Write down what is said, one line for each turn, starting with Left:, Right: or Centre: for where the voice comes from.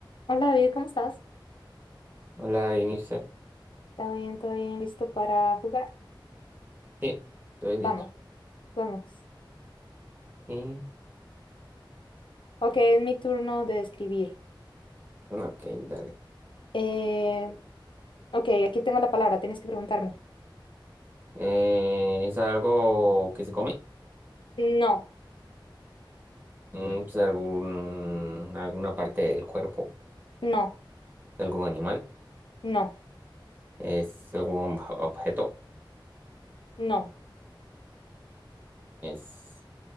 Left: Hola David, ¿cómo estás?
Right: Hola, bien, está-
Left: ¿Está bien? ¿Todo bien? ¿Listo para jugar?
Right: sí, estoy listo.
Left: Vamos, vamos.
Right: Y-
Left: Ok, es mi turno de escribir.
Right: ok, dale.
Left: Eh, ok, aquí tengo la palabra, tienes que preguntarme.
Right: Eh, ¿es algo que se come?
Left: No,
Right: Mm, ¿Es algún, alguna parte del cuerpo
Left: no,
Right: de algún animal?
Left: no,
Right: ¿Es algún ob- objeto?
Left: no,
Right: ¿Es,